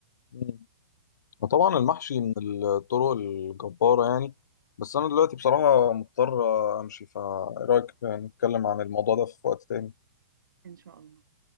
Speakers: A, on the left; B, on the right.
A: مم. وطبعا المحشي من الطرق الجبارة يعني بس أنا دلوقتي بصراحة مضطر أمشي فإيه رأيك نتكلم عن الموضوع ده في وقت تاني
B: إن شاء الله.